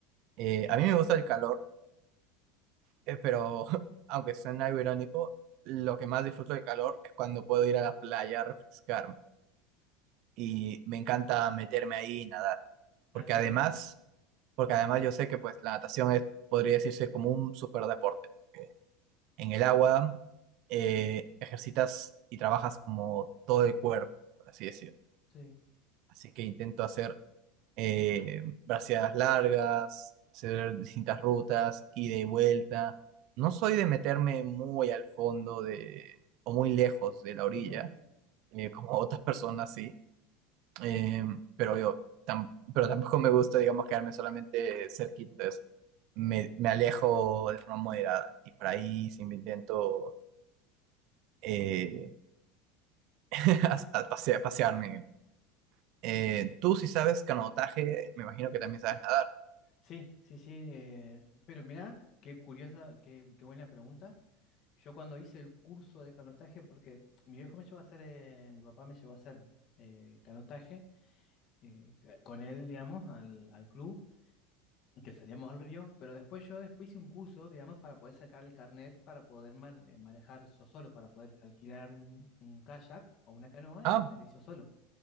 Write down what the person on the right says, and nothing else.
Eh, a mí me gusta el calor, eh, pero <laughs> aunque suene algo irónico, lo que más disfruto del calor es cuando puedo ir a la playa a refrescarme y me encanta meterme ahí y nadar, porque
además, porque además yo sé que pues la natación es, podría decirse como un superdeporte, porque en el agua eh, ejercitas y trabajas como todo el cuerpo, por así decirlo.
Así que intento hacer eh, braseadas largas, hacer distintas rutas, ida y vuelta. No soy de meterme muy al fondo de, o muy lejos de la orilla,
eh, como <laughs> otras personas sí, Eh, pero yo tam- pero tampoco me gusta, digamos, quedarme solamente cerquita, entonces me, me alejo de forma moderada y por ahí sí me intento eh, <laughs> a- a pasea- pasearme. Eh, tú si sabes canotaje, me imagino que también sabes nadar.
Ah,